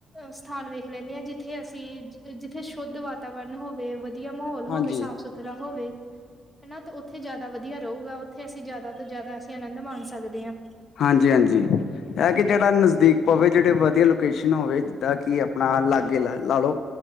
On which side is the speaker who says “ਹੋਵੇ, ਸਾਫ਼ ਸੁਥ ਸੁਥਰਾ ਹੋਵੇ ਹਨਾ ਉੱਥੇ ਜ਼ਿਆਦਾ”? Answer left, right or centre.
Centre